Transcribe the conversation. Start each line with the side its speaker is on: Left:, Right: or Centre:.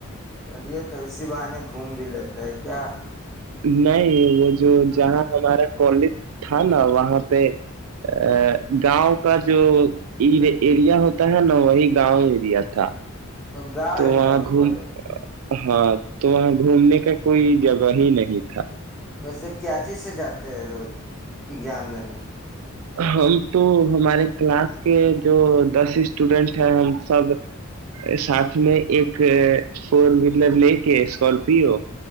Centre: چلیے تو اسی بہانے گھوم بھی لیتے ہیں کیا
Right: نہیں وہ جو جہاں ہمارا کالج تھا نا وہاں پہ ا گاؤں کا جو ایریا ہوتا ہے نا وہی گاؤں ایریا تھا
Centre: گاؤں
Right: تو
Centre: اییریا
Right: وہاں
Centre: میں
Right: گھوم
Centre: کالج
Right: ہاں تو وہاں گھومنے کا کوئی جگہ ہی نہیں تھا
Centre: ویسے کیچی سے جاتے ہیں روز اگزام دینے
Right: ہم تو ہمارے کلاس کے جو دس اسٹوڈنٹ ہیں ہم سب ساتھ میں ایک فور ویلر لے کے اسکارپیو